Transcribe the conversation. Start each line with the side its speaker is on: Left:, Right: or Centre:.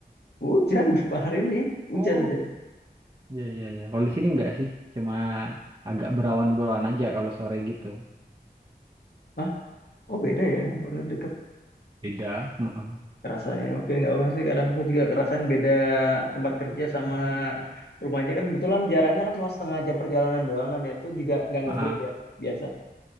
Left: Hujan <laughs> berapa hari ini? Hujan,
Right: Oh,
Left: hujan.
Right: iya iya iya. Kalau di sini nggak sih, cuma agak berawan-berawan aja kalau sore gitu.
Left: Hah? Oh beda ya, baru deket
Right: Beda. Heeh.
Left: kerasa ya oke nggak apa sih kadang aku juga kerasain beda tempat kerja sama rumah aja kan kebetulan jaraknya kan cuma setengah jam perjalanan doang kan ya itu juga nggak ngebut
Right: Heeh.
Left: ya biasa